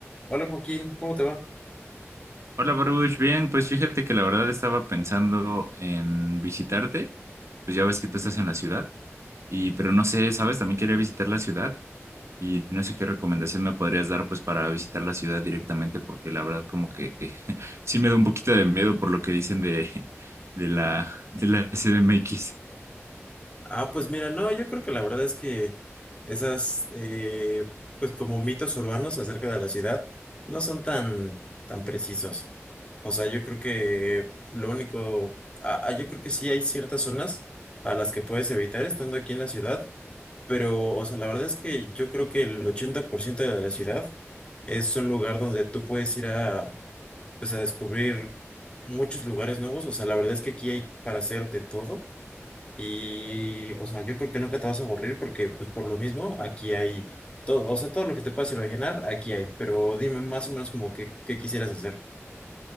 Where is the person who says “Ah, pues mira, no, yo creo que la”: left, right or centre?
Left